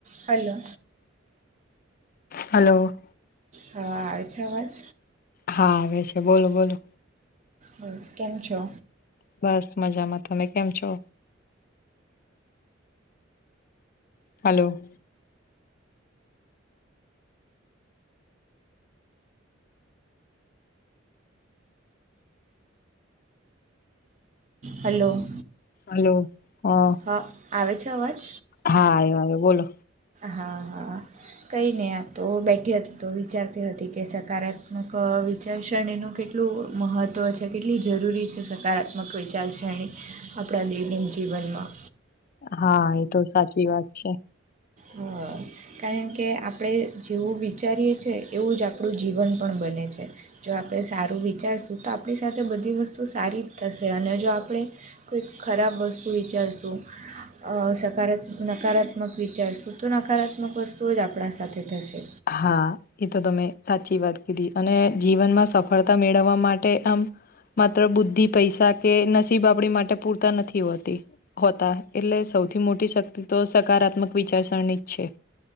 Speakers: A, on the right; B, on the left.
A: Hello.
B: Hello.
A: હ આવે છે અવાજ?
B: હા આવે છે બોલો બોલો.
A: બ કેમ છો?
B: બસ મજામાં તમે કેમ છો? હલો.
A: હલો.
B: હલોો હા.
A: હા આવે છે અવાજ.
B: હા આયો આયો બોલો.
A: હા હા. કંઈ નહીં તો બેઠી હતી તો વિચારતી હતી કે સકારાત્મક વિચારસ્રેણીનું કેટલું મહત્ત્વ છે કેટલી જરૂરી છે સકારાત્મક વિચારસ્રેણી. આપણા દૈનીક જીવનમાં.
B: હા એ તો સાચી વાત છે.
A: હા કારણ કે આપણે જેવું વિચારીએ છે એવું જ આપણું જીવન પણ બને છે. જો આપણે સારું વિચારશું તો આપણી સાથે બધી વસ્તુ સારી થશે અને જો આપણે કોઈક ખરાબ વસ્તુ વિચારશું અ સકાર નકારાત્મક વિચારસું તો નકારાત્મક વસ્તુઓ જ આપણા સાથે થશે
B: હા. એ તો તમે સાચી વાત કીધી અને જીવનમાં સફળતા મેળવવા માટે આમ માત્ર બુદ્ધિ પૈસા કે નસીબ આપડી માટે પૂરતા નથી હોતી હોતા એટલે સૌથી મોટી શક્તિ તો સકારાત્મક વિચારસરની જ છે